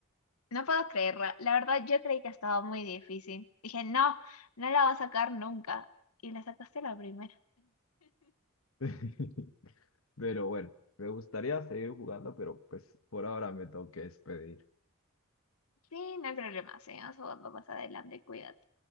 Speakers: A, on the left (about 85°); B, on the left (about 65°).
A: No puedo creerla. La verdad, yo creí que estaba muy difícil. Dije, no, no la va a sacar nunca. Y la sacaste la primera.
B: <laughs> Pero bueno, me gustaría seguir jugando, pero pues por ahora me tengo que despedir.
A: Sí, no hay problema. Seguimos jugando más adelante. Cuídate.